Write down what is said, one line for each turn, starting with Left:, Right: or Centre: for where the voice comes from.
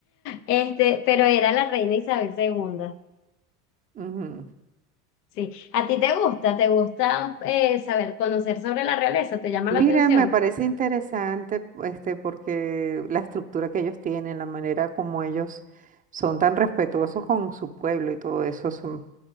Left: Este, pero era la reina Isabel II.
Right: Ujú.
Left: Sí. ¿A ti te gusta? ¿Te gusta eh, saber, conocer sobre la realeza? ¿Te llama
Right: Mira,
Left: la atención?
Right: me parece interesante, este, porque la estructura que ellos tienen, la manera como ellos son tan respetuosos con su pueblo y todo eso, son-